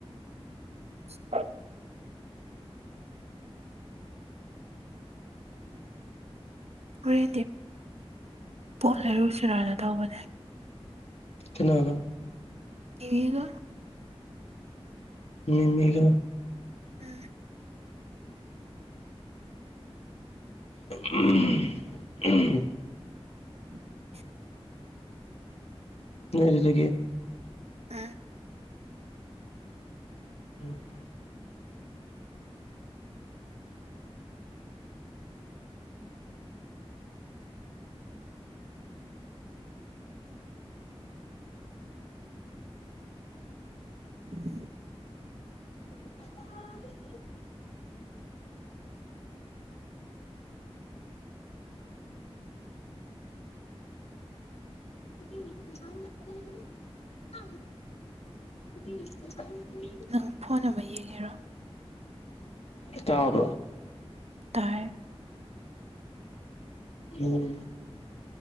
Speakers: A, on the right; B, on the left.
A: <unintelligible> ꯋꯦꯟꯗꯦ ꯄꯣꯠ ꯂꯩꯔꯨꯁꯦꯔꯥꯅ ꯇꯧꯕꯅꯦ꯫
B: ꯀꯅꯥꯒ
A: <unintelligible> ꯒ
B: ꯅꯤꯅꯦꯒ꯫
A: ꯎꯝ
B: ꯎꯝ ꯎꯝ
A: <unintelligible>
B: ꯅꫭꯏ ꯑꯗꯨꯗꯒꯤ
A: ꯑꯥ
B: <unintelligible>
A: <inaudible>
B: <unintelligible> <unintelligible>
A: ꯅꯪ ꯐꯣꯟ ꯅꯥꯝꯕꯔ ꯌꯦꯡꯉꯤꯔꯣ
B: ꯇꯥꯕ꯭ꯔꫭ
A: ꯇꯥꯏ
B: ꯎꯝ